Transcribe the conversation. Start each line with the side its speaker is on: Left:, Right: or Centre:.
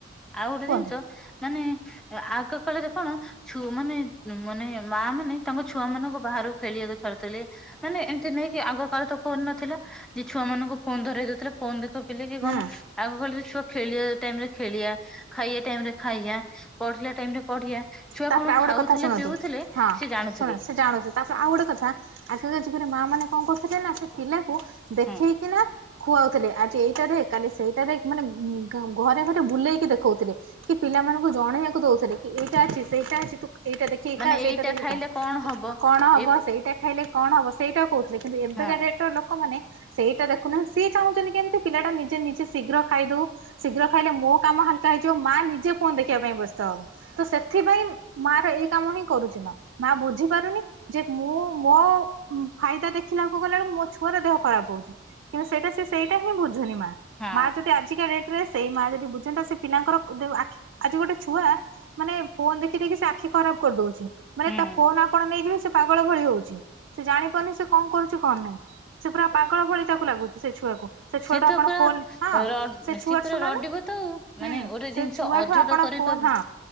Centre: ଆଉ ଗୋଟେ ଜିନିଷ
Right: କୁହନ୍ତୁ।
Centre: ମାନେ ଆଗ କାଳରେ କଣ ଛୁଆ ମାନେ ମାନେ ମା ମାନେ ତାଙ୍କ ଛୁଆ ମାନଙ୍କୁ ବାହାରକୁ ଖେଳିବାକୁ ଛାଡୁ ଥିଲେ। ମାନେ ଏମିତି ନାଇଁ କି ଆଗ କାଳ ତ ଫୋନ ନଥିଲା ଯେ ଛୁଆ ମାନଙ୍କୁ ଫୋନ ଧରେଇ ଦେଉଥିଲେ ଫୋନ ଦେଖ ଥିଲେ କିି
Right: ହଁ
Centre: କଣ। ଆଗ କହିଲ ଛୁଆ ଖେଳ ଟାଇମ ରେ ଖେଳିଆ ଖାଇବା ଟାଇମ ରେ ଖାଇବା ପଢିଲା ଟାଇମରେ ପଢିବା ଛୁଆ
Right: ତାପରେ
Centre: କଣ
Right: ଆଉ
Centre: ଖାଉଥିଲେ
Right: ଗୋଟେ କଥା ଶୁଣନ୍ତୁ
Centre: ପିଉଥିଲେ
Right: ହଁ
Centre: ସେ ଜାଣୁଥିଲେ
Right: ଶୁଣ ସେ ଜାଣୁଛି ତାପରେ ଆଉ ଗୋଟେ କଥା ଆଗକା ଯୁଗରେ ମା ମାନେ କଣ କରୁଥିଲେ ନା ସେ ପିଲାକୁ ଦେଖେଇକି
Centre: ହୁଁ।
Right: ନା ଖୁଆଉ ଥିଲେ ଆଜି ଏଇଟା ଦେଖ୍, କାଲି ସେଇଟା ଦେଖ୍, ମାନେ ଘରେ ଘରେ ବୁଲେଇକି ଦେଖଉଥିଲେ। କି ପିଲାମାନଙ୍କୁ ଜଣେଇବାକୁ ଦଉଥିଲେ କି ଏଇଟା ଅଛି, ସେଇଟା ଅଛି ତୁ ଏଇଟା ଦେଖି କି
Centre: ମାନେ
Right: ଖା ସେଇଟା
Centre: ଏଇଟା
Right: ଦେଖିକା
Centre: ଖାଇଲେ କଣ ହବ
Right: କଣ ହବ
Centre: ଏ
Right: ସେଇଟା ଖାଇଲେ କଣ ହବ ସେଇଟା କହୁଥିଲେ କିନ୍ତୁ ଏବେ
Centre: ହଁ
Right: ଡେଟ୍ ର ଲୋକ ଲୋକ ମାନ ସେଇଟା ଦେଖୁ ନାହଁ, ସିଏ ଚାହୁଁଛନ୍ତି କେମତି ପିଲାଟା ନିଜେ ନିଜେ ଶୀଘ୍ର ଖାଇଦଉ। ଶୀଘ୍ର ଖାଇଲେ ମୋ କାମ ହାଲକା ହେଇଯିବ ମା ନିଜେ ଫୋନ୍ ଦେଖିବା ପାଇଁ ବ୍ୟସ୍ତ ହବ ତ ସେ ପାଇଁ ମା ର ଏଇ କାମ ହିଁ କରୁଛି, ମା ମା ବୁଝି ପାରୁନି ଯେ ମୁଁ ମୋ ଫାଇଦା ଦେଖିଲାକୁ ଗଲା ବେଳୁ କୁ ମୋ ଛୁଆର ଦେହ ଖରାପ ହଉଛି। କିନ୍ତୁ ସେଇଟା ସେ ସେଇଟା ହିଁ ବୁଝୁନି ମା,
Centre: ହଁ
Right: ମା ଯଦି ଆଜିକା ଡେଟ ରେ ସେଇ ମା ଯଦି ବୁଝନ୍ତା ସେ ପିଲାଙ୍କର ଆଜି ଗୋଟେ ଛୁଆ ମାନେ ଫୋନ ଦେଖି ଦେଖି ସେ ଆଖି ଖରାପ କରିଦଉଛି ମାନେ
Centre: ହୁଁ
Right: ତା ଫୋନ ଆପଣ ନେଇଯିବେ ସେ ପାଗଳ ଭଳି ହଉଛି। ସେ ଜାଣି ପାରୁନି ସେ କଣ କରୁଛି କଣ ନାହିଁ ସେ ପୁରା ପାଗଳ ଭଳି ତାକୁ ଲାଗୁଛି ସେ ଛୁଆକୁ। ସେ
Centre: ସିଏ
Right: ଛୁଆଟୁ
Centre: ତ
Right: ଆପଣ
Centre: ପୁରା
Right: ଫୋନ ହଁ
Centre: ର
Right: ସେ ଛୁଆଟ
Centre: ସିଏ ପୁରା
Right: ଶୁଣନ
Centre: ରଡିବ ତ ଆଉ ମାନେ
Right: ହୁଁ
Centre: ଗୋଟେ
Right: ସେ
Centre: ଜିନିଷ
Right: ଛୁଆଠୁ
Centre: ଅଝଟ
Right: ଆପଣ
Centre: କରିବା
Right: ଫୋନ୍ ହଁ